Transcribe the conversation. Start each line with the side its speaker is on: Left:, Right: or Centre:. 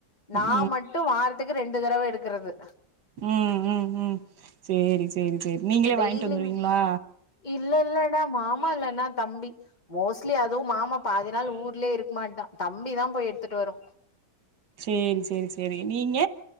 Left: நா
Right: ம்
Left: மட்டு வாரத்துக்கு ரெண்டு தடவ எடுக்கறது
Right: ம், ம், ம் சேரி சேரி சேரி நீங்களே
Left: டெய்லி
Right: வாங்கிட்டு வந்துருவீங்களா
Left: இல்ல இல்லடா மாமா இல்லன்னா தம்பி மோஸ்ட்லி அதுவு மாமா பாதி நாள் ஊருலயே இருக்க மாட்டா தம்பிதா போய் எடுத்துட்டு வரு
Right: சேரி சேரி சேரி நீங்க